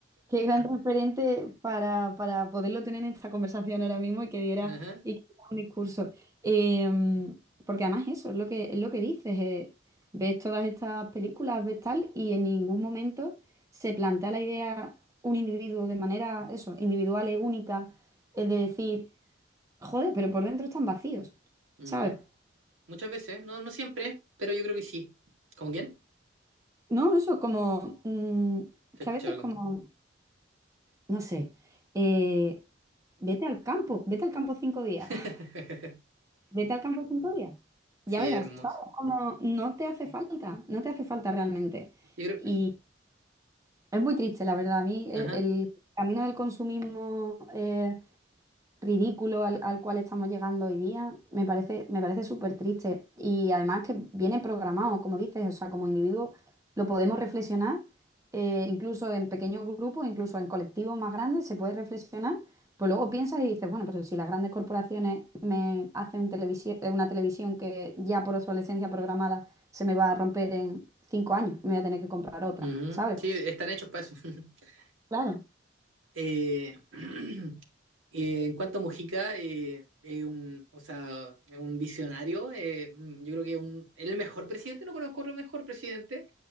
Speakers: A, on the right; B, on the right.
A: qué gran referente para, para poderlo tener en esta conversación ahora mismo y que diera,
B: Ajá,
A: y que diera un discurso. Eh, porque además eso es lo que, es lo que dices. eh, ves todas estas películas, ves tal, y en ningún momento se plantea la idea un individuo de manera, eso, individual y única, es de decir, joder, pero por dentro están vacíos,
B: ujú.
A: ¿sabes?
B: Muchas veces, no, no siempre, pero yo creo que sí. ¿Con quién?
A: No, eso como mm,
B: Te
A: que
B: escuché
A: a veces
B: algo.
A: como, no sé, eh, vete al campo, vete al campo cinco días,
B: <laughs>
A: <laughs> vete al campo cinco días,
B: Sí,
A: ya verás,
B: hermoso.
A: ¿sabes? Como no te hace falta, no te hace falta realmente.
B: Yo
A: Y
B: creo.
A: es muy triste, la verdad, a mí eh,
B: Ajá.
A: el camino del consumismo eh, ridículo al, al cual estamos llegando hoy día, me parece, me parece súper triste. Y además que viene programado, como dices, o sea, como individuo lo podemos reflexionar, eh, incluso en pequeños grupos, incluso en colectivos más grandes, se puede reflexionar. Pues luego piensas y dices, bueno, pero si las grandes corporaciones me hacen televisi- eh, una televisión que ya por obsolescencia programada se me va a romper en cinco años, me voy a tener que comprar otra,
B: ujú.
A: ¿sabes?
B: Sí, están hechos para eso. <laughs>
A: Claro.
B: Eh, <clears throat> eh, en cuanto a Mujica, eh, es un, o sea, es un visionario. eh, mm, yo creo que es un- es el mejor presidente, no conozco otro mejor presidente.